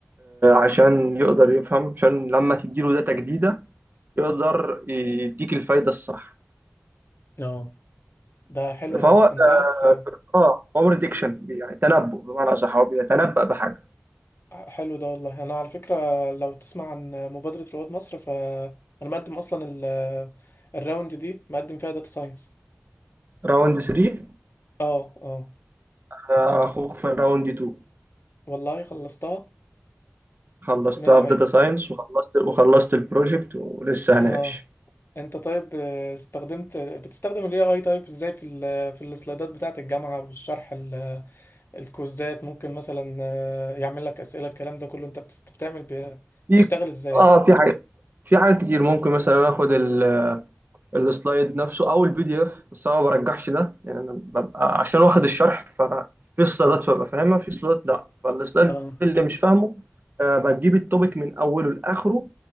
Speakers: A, on the right; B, on the left.
A: عشان يقدر يفهم عشان لما تديله داتا جديده يقدر يديك الفايده الصح
B: اه ده حلو
A: فهو
B: ده
A: اه
B: انت عارف آه،
A: آه، هو بريدكشن يعني تنبؤ بمعنى اصح هو بيتنبأ بحاجه
B: حلو ده والله انا على فكرة لو تسمع عن مبادرة رواد مصر فانا مقدم اصلا ال- الراوند دي مقدم فيها داتا ساينس
A: راوند 3
B: اه اه
A: آه، اخوك في راوند 2
B: والله خلصتها
A: خلصتها
B: مية مية
A: في داتا ساينس وخلصت وخلصت البروجكت ولسه هناقش
B: اه انت طيب آه، استخدمت بتستخدم ال AI طيب ازاي في ال في السلايدات بتاعة الجامعة والشرح ال- الكويزات ممكن مثلا آه، يعمل لك أسئلة الكلام ده كله انت بتست- بتعمل ب-
A: في
B: بتشتغل ازاي
A: اه في حاجه في حاجات كتير ممكن مثلا اخد ال- السلايد نفسه او البي دي اف بس انا ما برجحش ده يعني انا ببقى عشان واخد الشرح فانا في سلايدات ببقى فاهمها في سلايدات لا فالسلايد
B: اه
A: اللي مش فاهمه آه، بجيب التوبيك من اوله لاخره